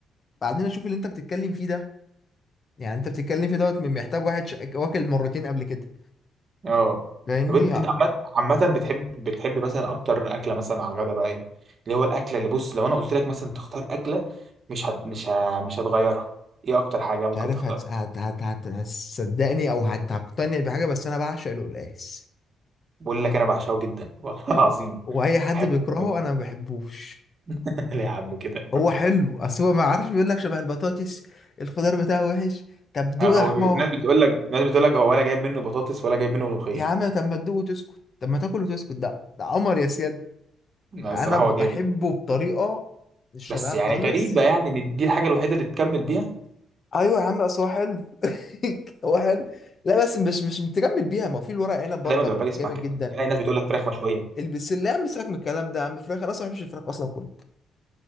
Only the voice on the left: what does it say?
بعدين اشوف اللي انت بتتكلم فيه ده يعني انت بتتكلم فيه دوت من- محتاج واحد ش... واكل مرتين قبل كده
فاهمني
آه،
مش عارف
هت... هت... هت... هت... هتصدقني او هت- هتقتنع بحاجه بس انا بعشق القلقاس
واي حد
بيكرهه
انا ما بحبوش
هو حلو اصل هو ما عارفش بيقول لك شبه البطاطس الخضار بتاعه وحش طب دوق
يا حمار
يا عم طب ما تدوق وتسكت طب ما تاكل وتسكت ده ده قمر يا سياد
فانا
ب-
بحبه بطريقه مش
طبيعيه
خالص
ايوه يا عم اصل هو حلو <laughs> هو حلو لا بس مش مش متجمل بيها ما هو في الورق عنب برضك
جامد
جدا
البسله يا عم سيبك من الكلام ده يا عم فراخ انا اصلا ما بحبش الفراخ اصلا كله